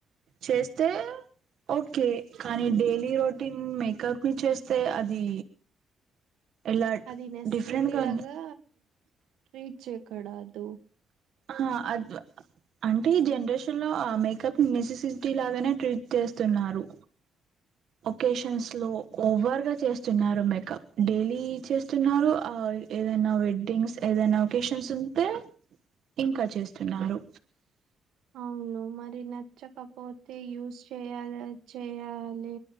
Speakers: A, on the right (about 65°); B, on the right (about 75°).
A: చేస్తే ఓకే కానీ డైలీ రొటీన్ మేకప్ ని చేస్తే అది ఎలా
B: అది నెససిటీ
A: డిఫరెంట్ గా
B: లాగా రీచ్ చేయకూడ అదు
A: ఆ అద్వ్ అంటే జనరేషన్ లో ఆ మేకప్ నెసెసిటీ లాగానే ట్రీట్ చేస్తున్నారు.
B: <inaudible>
A: ఒకేషన్స్ లో ఓవర్ గా చేస్తున్నారు మేకప్ డైలీ చేస్తున్నారు ఆ ఏదైనా వెడ్డింగ్స్ ఏదైనా ఒకేషన్స్ ఉంటే ఇంకా చేస్తున్నారు
B: అవును మరి నచ్చకపోతే యూస్ చేయాల చేయాలి.